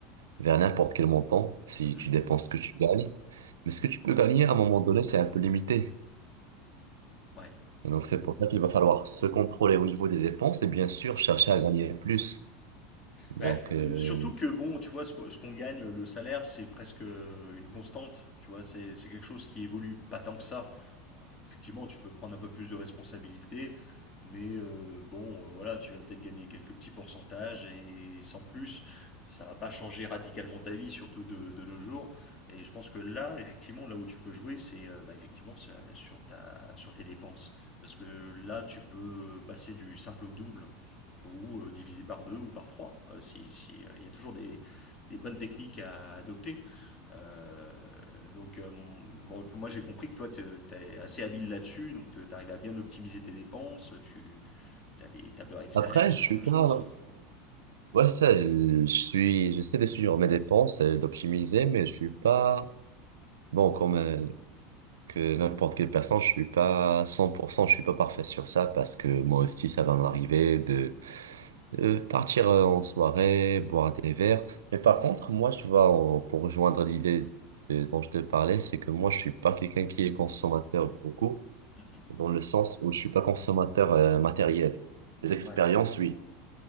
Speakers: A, on the right (about 80°); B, on the left (about 35°).
A: vers n'importe quel montant si
B: Mhm.
A: tu dépenses ce que tu gagnes. Mais ce que tu peux gagner à un moment donné, c'est un peu limité.
B: Ouais.
A: Et donc, c'est pour ça qu'il va falloir se contrôler au niveau des dépenses et bien sûr chercher à gagner plus. Donc,
B: Bah, euh,
A: euh,
B: surtout que, bon, tu vois, ce qu'on ce qu'on gagne, le salaire, c'est presque euh, une constante. Tu vois, c'est c'est quelque chose qui évolue pas tant que ça. Alors, effectivement, tu peux prendre un peu plus de responsabilités, mais euh, bon, euh, voilà, tu vas peut-être gagner quelques petits pourcentages et sans plus, ça va pas changer radicalement ta vie, surtout de, de nos jours. Et je pense que là, effectivement, là où tu peux jouer, c'est euh, bah, effectivement c'est, euh, sur ta, sur tes dépenses. Parce que là, tu peux passer du simple au double ou euh, divisé par deux ou par trois. Euh, si, si, euh, il y a toujours des, des bonnes techniques à adopter. Euh, donc, euh, bon, moi j'ai compris que toi tu es assez habile là-dessus, donc tu arrives à bien optimiser tes dépenses, tu as des tableurs Excel,
A: après,
B: ce
A: je suis
B: genre de choses.
A: pas, ouais, ça, je je suis, j'essaie de suivre mes dépenses et d'optimiser, mais je suis pas, bon, comme euh, que n'importe quelle personne, je suis pas 100%, je suis pas parfait sur ça parce que moi aussi, ça va m'arriver de euh, partir euh, en soirée, boire des verres. Mais par contre, moi, tu vois, en- pour rejoindre l'idée de- dont je te parlais, c'est que moi, je suis pas quelqu'un qui est consommateur beaucoup.
B: Mhm.
A: dans le sens où je suis pas consommateur euh, matériel. Les expériences,
B: Ouais.
A: oui.